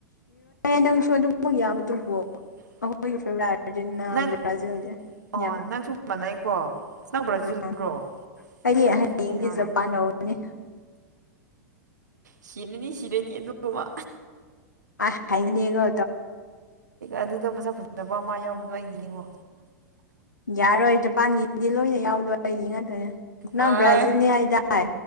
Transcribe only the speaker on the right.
ꯌꯥꯝꯕꯗꯨꯕꯨ
ꯅꯪ
ꯑꯣ
ꯅꯪꯁꯨ ꯃꯥꯟꯅꯩꯀꯣ ꯅꯪ ꯕ꯭ꯔꯥꯖꯤꯜꯔꯣ
ꯑꯩꯗꯤ ꯑꯥꯔꯖꯦꯟꯇꯤꯅꯥꯅꯤ
ꯁꯤꯔꯅꯤ ꯁꯤꯔꯅꯤ ꯑꯗꯨꯃ
ꯑꯗꯨꯗ ꯃꯁꯛ ꯐꯖꯕ ꯑꯃ ꯌꯥꯎꯕꯗꯣ ꯑꯩꯒꯤꯅꯦꯉꯣ
ꯑꯥꯏ